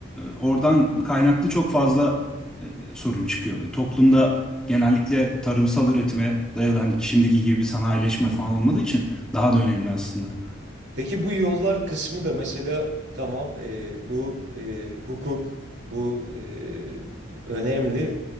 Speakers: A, in the centre; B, on the right.
A: oradan kaynaklı çok fazla e, sorun çıkıyor ve toplumda genellikle tarımsal üretime dayalı hani şimdiki gibi bir sanayileşme
B: <laughs>
A: falan olmadığı için daha da önemli aslında.
B: Peki bu yollar kısmı da mesela tamam e, bu e, hukuk bu e, önemli.